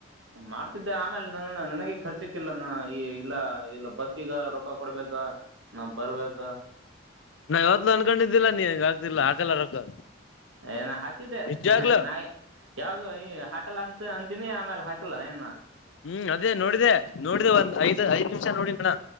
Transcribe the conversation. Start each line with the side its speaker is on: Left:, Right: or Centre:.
Right: ಮಾಡ್ತಿದ್ದೆ ಆಮೇಲೆ ನ ನನಗೆ ಖರ್ಚಕ್ಕಿಲ್ಲಾನ ಈ ಇಲ್ಲ ಇಲ್ಲ ಬಸ್ ಈಗ ರೊಖ ಕೊಡ್ಬೇಕ ನಾ ಬರ್ಬೇಕು
Left: ನಾ ಇವತ್ಲುೂ ಅನ್ಕೊಂಡಿದ್ದಿಲ್ಲ ನೀಗ ಇಲ್ಲ ಹಕಲ್ಲ ರೊಕ್ಕ
Right: ಏ ನಾ ಹಾಕಿದ್ದೆ
Left: ನಿಜಾಗ್ಲು
Right: ನಾ ಯಾವಾಗ ಈ ಹಾಕಲ್ಲ ಅಂತ ಅಂತನಿ ಆಮೇಲೆ ಹಾಕಲ್ಲಾ ಇ
Left: ಹ್ಮ್ ಅದೇ ನೋಡಿದೆೆ ನೋಡಿದೆ ಒಂದ್ ಐದ್ ಐದ್ ನಿಮಿಷ ನೋಡ ಅಣ್ಣ